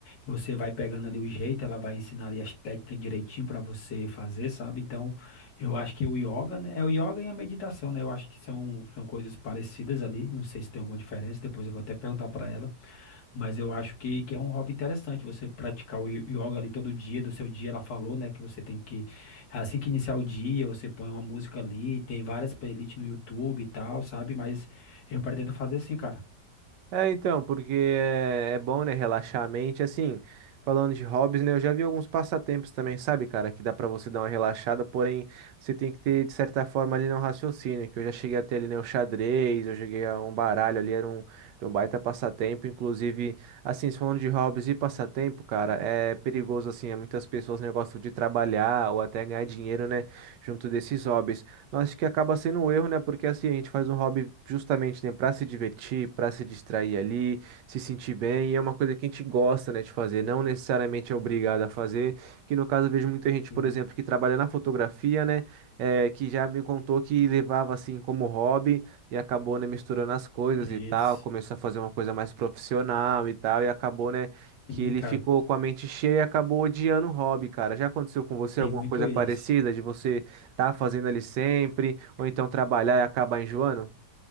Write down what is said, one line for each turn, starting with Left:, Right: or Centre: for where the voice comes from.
Left: você vai pegando ali o jeito, ela vai ensinar ali as técnicas direitinho para você fazer, sabe? Então. Eu acho que o yoga, né? É o yoga e a meditação, né? Eu acho que são, são coisas parecidas ali. Não sei se tem alguma diferença, depois eu vou até perguntar para ela. Mas eu acho que, que é um hobby interessante você praticar o yo- yoga ali todo dia, do seu dia. Ela falou, né? Que você tem que, assim que iniciar o dia, você põe uma música ali. Tem várias playlists no YouTube e tal, sabe? Mas eu pretendo fazer assim, cara.
Right: É, então, porque é, é bom, né, relaxar a mente. Assim, falando de hobbies, né, eu já vi alguns passatempos também, sabe, cara, que dá pra você dar uma relaxada, porém, você tem que ter, de certa forma, ali, né, um raciocínio, que eu já cheguei a ter ali, né, o xadrez, eu cheguei a um baralho ali, era um, era um baita passatempo, inclusive, assim, falando de hobbies e passatempo, cara, é perigoso, assim, é muitas pessoas, né, gostam de trabalhar ou até ganhar dinheiro, né, junto desses hobbies. Acho que acaba sendo um erro, né? Porque assim, a gente faz um hobby justamente, né, para se divertir, para se distrair ali, se sentir bem, e é uma coisa que a gente gosta, né, de fazer, não necessariamente é obrigado a fazer. Que no caso eu vejo muita gente,
Left: Sim,
Right: por exemplo, que trabalha na fotografia, né, eh, que já me contou que levava assim como hobby e acabou, né, misturando as coisas
Left: isso.
Right: e tal, começou a fazer uma coisa mais profissional e tal, e acabou, né, que
Left: Sim,
Right: ele
Left: cara,
Right: ficou com a mente cheia e acabou odiando o hobby, cara. Já aconteceu com você
Left: tem
Right: alguma
Left: muito
Right: coisa
Left: isso.
Right: parecida de você? tá fazendo ali sempre, ou então trabalhar e acabar enjoando?